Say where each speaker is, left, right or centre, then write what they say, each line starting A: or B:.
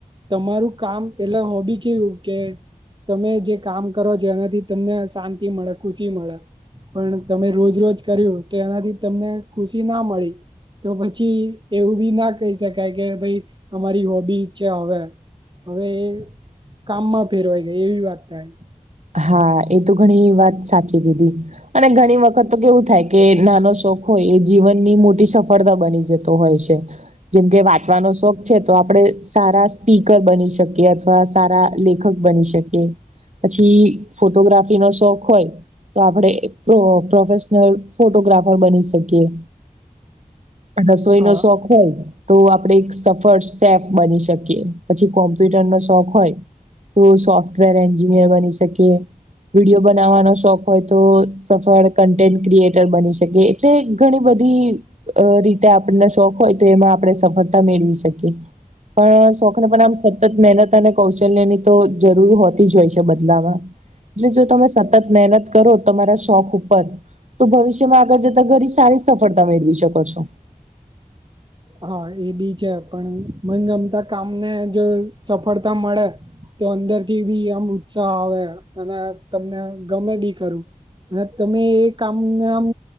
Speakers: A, on the right; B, on the right.
A: તમારું કામ એટલે હોબી કેવુ કે તમે જે કામ કરો જેનાથી તમને શાંતિ મળે ખુશી મળે પણ તમે રોજ રોજ કર્યુ તો એનાથી તમને ખુશી ના મળી તો પછી એવું બી ના કહી શકાય કે ભાઈ અમારી હોબી છે, હવે હવે એ કામમાં ફેરવાઈ ગાય, એવી વાત થાય.
B: હા એ તો ઘણી વાત સાચી કીધી અને ઘણી વખત તો કેવું થાય કે નાનો શોખ હોય એ જીવનની મોટી સફળતા બની જતો હોય છે જેમકે વાંચવાનો શોખ છે તો આપડે સારા સ્પીકર બની શકીએ અથવા સારા લેખ ખક બની શકે પછી ફોટોગ્રાફી નો શોખ હોય તો આપણે પ્રોફેશનલ ફોટોગ્રાફર બની શકીએ રસોઈ
A: હા
B: નો શોખ હોય તો આપણેે એક સફળ શેફ બની શકીએ પછી કોમ્પ્યુટર નો શોખ હોય તો સોફ્ટવેર એન્જિનિયર બની શકીએ વિડીયો બનાવવાનો શોખ હોય તો સફળ કોન્ટેન્ટ ક્રિએટર બની શકિએ જે ઘણી બધી અ રીતે આપણને શોખ હોય તો એમાં આપણે સફળતા મેળવી શકીએ પણ શોખને પણ આમ સતત મહેનત અને કૌશલ્યની તો જરૂર હોતી જ હોય છે બદલામાં એટલે જો તમે સતત મહેનત કરો તમારા શોખ ઉપર તો ભવિષ્યમાં આગળ જતા ઘની સારી સફળતા મેળવી શકો છો
A: હા એ બી છે પણ ગમતા કામને જો સફળતા મળે તો અંદર થી બી આમ ઉત્સાહ આવે અને તમને ગમે બી ખરુ અને તમે એ કામ નામ